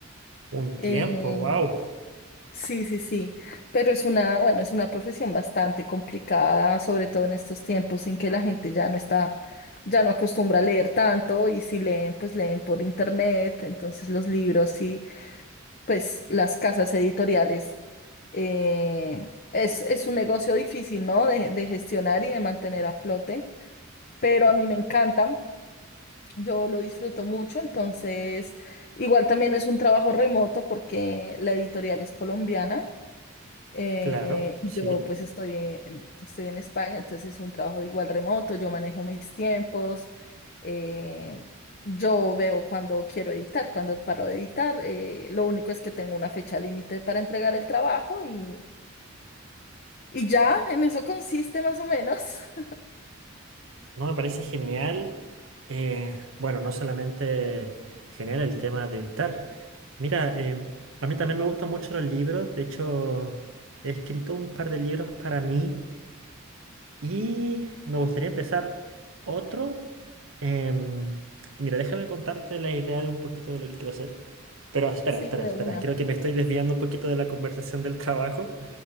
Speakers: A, on the right; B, on the left.
A: Un
B: Eh,
A: tiempo, wow,
B: Sí, sí, sí, pero es una, bueno, es una profesión bastante complicada, sobre todo en estos tiempos en que la gente ya no está, ya no acostumbra a leer tanto y si leen, pues leen por internet, entonces los libros y pues las casas editoriales, eh, es, es un negocio difícil, ¿no? De, de gestionar y de mantener a flote, pero a mí me encanta, yo lo disfruto mucho, entonces igual también es un trabajo remoto porque la editorial es colombiana. Eh,
A: claro,
B: yo
A: sí,
B: pues estoy, en- estoy en España, entonces es un trabajo igual remoto, yo manejo mis tiempos, eh, yo veo cuando quiero editar, cuando paro de editar, eh, lo único es que tengo una fecha límite para entregar el trabajo y, y ya, en eso consiste más o menos. <laughs>
A: no me parece genial. eh, bueno, no solamente genial el tema de editar. Mira, em, a mí también me gustan mucho los libros, de hecho he escrito un par de libros para mí y me gustaría empezar otro. em, y mira, déjame contarte la idea de un poquito de lo que quiero hacer. Pero espera,
B: Sí,
A: espera,
B: de
A: espera,
B: una.
A: creo que me estoy desviando un poquito de la conversación del trabajo.